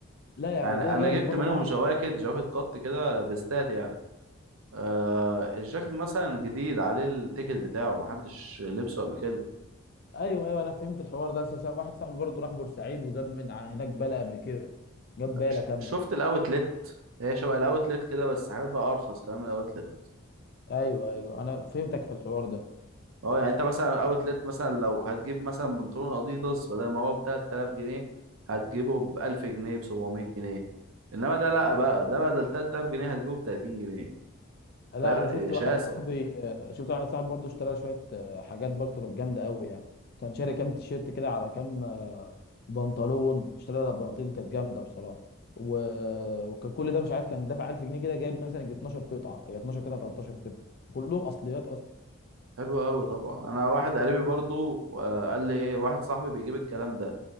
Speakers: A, on the left; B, on the right.
A: لا يعني
B: يعني
A: كده
B: انا
A: جاي
B: جبت
A: من بره
B: منهم
A: مصر
B: جواكت جواكت قط كده فيستات يعني آه الجاكيت مثلا جديد عليه التيكت بتاعه محدش لبسه قبل كده
A: ايوه ايوه انا فهمت الحوار ده اساسا واحد صاحبي برضه راح بورسعيد وجاب من ع- هناك بله قبل كده جاب باله
B: ش-
A: كامله
B: شفت الاوتلت هي شبه الاوتلت كده بس حاجات بقى ارخص كمان من الاوتلت
A: ايوه ايوه انا فهمتك في الحوار ده
B: اه يعني انت مثلا الاوتلت مثلا لو هتجيب مثلا بنطلون اديداس بدل ما هو ب 3000 جنيه هتجيبه ب 1000 جنيه ب 700 جنيه انما ده لا بقى ده بدل 3000 جنيه هتجيبه ب 30 جنيه
A: لا
B: فرق
A: انا شفت
B: شاسع
A: واحد صاحبي شفت واحد صاحبي برضه اشترى شويه آه، حاجات برضه كانت جامده قوي يعني كان شاري كام تيشيرت كده على كام آه، بنطلون اشترى بناطيل كانت جامده بصراحه و... وكان كل ده مش عارف كان دافع 1000 جنيه كده جايب مثلا يجي 12 قطعه هي 12 قطعه 13 قطعه كلهم اصليات اصلا
B: حلو قوي طبعا انا واحد قريبي برضو آه، قال لي ايه واحد صاحبي بيجيب الكلام ده